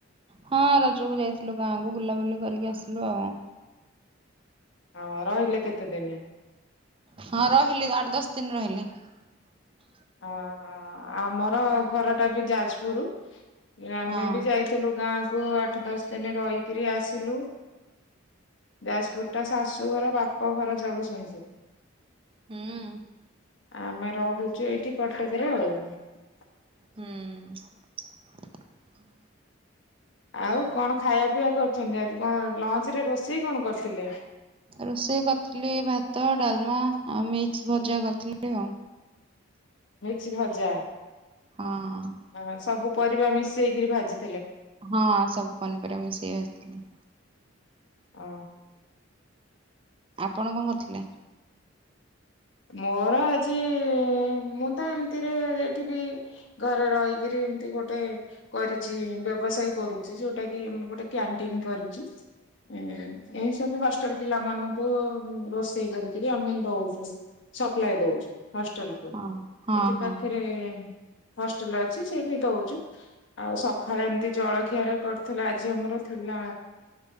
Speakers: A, on the right (about 25°); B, on the left (about 70°).
A: ହଁ ରଜକୁ ଯାଇଥିଲୁ ଗାଁକୁ ବୁଲାବୁଲି କରିକି ଆସିଲୁ ଆଉ।
B: ହଁର ରଇଲେ କେତେ ଦିନି?
A: ହଁ ରହିଲି ଆଠ ଦଶ। <unintelligible>
B: ଓହୋ, ଆମର ଘର ଟା ବି ଯାଜପୁରୁ। ଆମେ
A: ହଁ
B: ବି ଯାଇଥିଲୁ। ଗାଁ କୁ ଆଠ ଦଶ ଦିନ ରହିକିରି ଆସିଲୁ ଉ ଯାଜପୁର ଟା ଶାଶୁ ଘର ବାପ ଘର ଜଗତ୍ସିଂହପୁର୍।
A: ହୁଁ
B: ଆମେ ରହୁଛୁ ଏଇଠି। <unintelligible> ଆଉ।
A: ହୁଁ।
B: ଆଉ କଣ ଖାଇବା ପିଇବା କରୁଛନ୍ତି, ଆଜି କଣ ଲଞ୍ଚ ରେ ରୋଷେଇ କଣ କରିଥିଲେ?
A: ରୋଷେଇ କରିଥିଲି ଭାତ, ଡାଲମା ଆଉ ମିକ୍ସ ଭଜା କରିଥିଲି ଆଉ।
B: ମିକ୍ସ ଭଜା।
A: ହଁ
B: ହଁ ସବୁ। ପରିବା ମିଶେଇକିରି ଭାଜି।
A: ହଁ ସବୁ ପନିପରିବା ମିଶେଇକି ଭାଜିଥିଲି।
B: ଅ।
A: ଆପଣ କଣ କରୁଥିଲେ?
B: ମୋର ଆଜି ମୁଁ ତ ଏମିତିରେ ଏଠି ବି ଘରେ ରହିକିରି ଏମତି ଗୋଟେ କରିଛି ବ୍ୟବସାୟ କରୁଛି, ଯୋଉଟା କି ଆମର ଗୋଟେ କ୍ୟାଣ୍ଟିନ କରିଛି। ହଁ ଏଇସବୁ। ଛ ପିଲାମାନାନଙ୍କୁ ରୋଷେଇ କରିକିରି ଆମେ ଦଉଛୁ। ସପ୍ଲାାଇ ଦଉ। ହଷ୍ଟେଲ କୁ,
A: ହଁ ହଁ
B: ଏଠି
A: ହଁ।
B: ପାଖରେ ହଷ୍ଟେଲ ଅଛି ଯେ। ଦଉଛୁ ଆଉ ସକାଳୁ ଏମିତି ଜଳଖିଆରେ କରୁଥିଲା ଆଜି ଆମର ଥିଲା